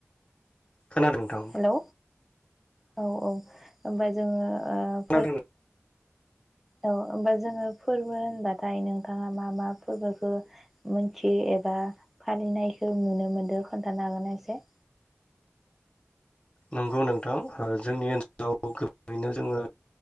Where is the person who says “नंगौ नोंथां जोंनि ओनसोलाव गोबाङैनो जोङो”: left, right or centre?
Left